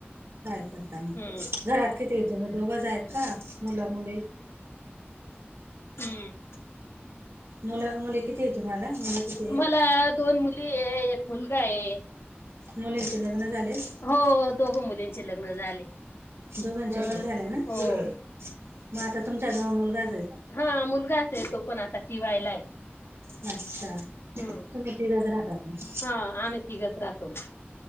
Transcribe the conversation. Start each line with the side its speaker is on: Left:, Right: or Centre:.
Right: काय करता मग
Left: हम्म
Right: घरात किती तुम्ही दोघंच आहेत का मुल मुली
Left: हम्म
Right: मुल मुली किती आहे तुम्हाला मुल किती आहेत
Left: मला दोन मुली आहे एक मुलगा आहे
Right: मुलींचे लग्न झालेत
Left: हो दोघ मुलींचे लग्न झाले
Right: दोघांच्या पण झाल्या ना
Left: हो
Right: मग आता तुमच्या जवळ मुलगाच आहे
Left: हा मुलगाच असे तो पण आता टिवायला आहे
Right: नाष्टा
Left: हम्म.
Right: तूम्ही तिघच राहतात ना
Left: हा आम्ही तिघच राहतो